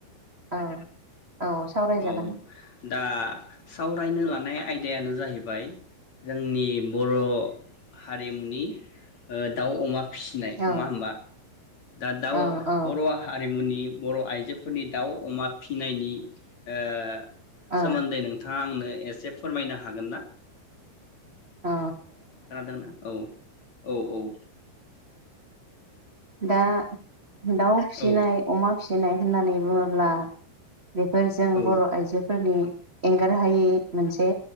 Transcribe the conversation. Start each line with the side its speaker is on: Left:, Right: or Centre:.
Right: औ औ सावरायजागोन।
Left: औ दा सावरायनो लानाय आयदायानो जाहैबाय जोंनि बर' हारिमुनि ओ दाउ, अमा फिनाय नङा
Right: औ
Left: होमबा? दा दाउ
Right: औ औ
Left: बर' हारिमुनि बर' आइजोफोरनि दाउ, अमा फिनायनि ओ
Right: औ
Left: सोमोन्दै नोंथाङा आंनो एसे फोरमायनो हागोन ना?
Right: अ।
Left: खोनादोंना? औ। औ औ।
Right: दा दाउ फिसिनाय
Left: औ
Right: अमा फिसिनाय होननानै बुङोब्ला बेफोर जों
Left: औ
Right: बर' आइजोफोरनि एंगारहायि मोनसे